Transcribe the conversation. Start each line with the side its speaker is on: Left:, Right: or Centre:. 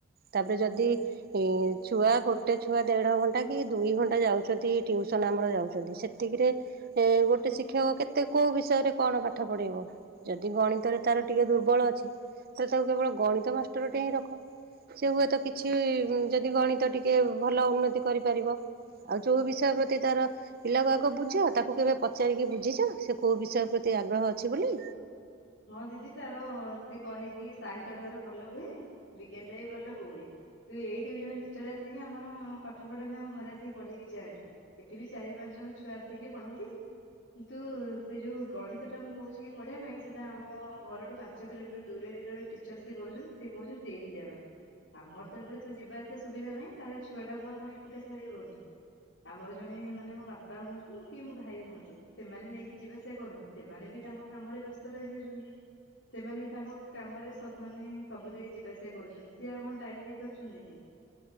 Right: ତାପରେ ଯଦି ଛୁଆ ଗୋଟେ ଛୁଆ ଦେଢ ଘଣ୍ଟା କି ଦୁଇ ଘଣ୍ଟା ଯାଉଛନ୍ତି ଟିଉସନ ଆମର ଯାଉଛନ୍ତି ସେତିକିରେ ଗୋଟେ ଶିକ୍ଷକ କେତେ କୋଉ ବିଷୟରେ କଣ ପାଠ ପଢେଇବ ଯଦି ଗଣିତରେ ତାର ଟିକେ ଦୁର୍ବଳ ଅଛି ତ ତାକୁ କେବଳ ଗଣିତ ମାଷ୍ଟର ଟେ ହିଁ ରଖ। ସେ ହୁଏତ କିଛି ଯଦି ଗଣିତ ଟିକେ ଭଲ ଉନ୍ନତି କରିପାରିବ ଆଉ ଯୋଉ ବିଷୟ ପ୍ରତି ତାର ପିଲାକୁ ଆଗ ବୁଝ ତାକୁ କେବେ ପଚାରିକି ବୁଝିଛ ସେ କୋଉ ବିଷୟ ପ୍ରତି ତି ଆଗ୍ରହ ଅଛି ବୋଲି?
Left: ହଁ ଦିଦି ତାର ସେ କହେକି ସାହିତ୍ୟ ଟା ତାର ଭଲ ହୁଏ ବିଜ୍ଞାନ ଟା ବି ଭଲ ହୁଏ ଏଇଠି ବି ଜଣେ ଟିଚର ଆସିକି ଆମର ପାଠ ପଢନ୍ତି ଆମ ଘରେ ଆସିକି ପଢେଇକି ଯାଆନ୍ତି ଏଠି ବି ଚାରି ପାଞ୍ଚ ଜଣ ଛୁଆ ଆସିକି ପଢନ୍ତି କିନ୍ତୁ ସେ ଯୋଉ ଗଣିତ ଟା ମୁଁ କହୁଛି କି ପଢିବା ପାଇଁ ତ ଆମ ଘରଠୁ ପାଞ୍ଚ କିଲୋମିଟର ଦୂରରେ ଜଣେ ଟିଚର ସେ କରୁଛନ୍ତି ସେ କହୁଛନ୍ତି ସେଇଠି ଯିବା ପାଇଁ ଆମର ତ ଏବେଟେ ତ ଯିବା ଆସିବା ସୁବିଧା ନାହିଁ ତାହେଲେ ଛୁଆ ଟା କୁଆ କଣ ଏକୁଟା ଛାଡିବ ହିଁ ଆମର ଜଣେ ମାନେ ମୋ ବାପା ହୁଅନ୍ତୁ କି ମୋ ଭାଇ ହୁଅନ୍ତୁ ସେମାନେ ନେଇକି ଯିବା ଆସିବା କରୁନ ସେମାନେ ବି ତାଙ୍କ କାମରେ ବ୍ୟ ସେମାନେ ବି ତାଙ୍କ କାମରେ ମାନ ସବୁଦିନ ଯିବା ଆସିବା କରୁଛନ୍ତି ସିଏ ଆଉ କଣ ଟାଇମ ଦେଇପାରୁଛନ୍ତି କି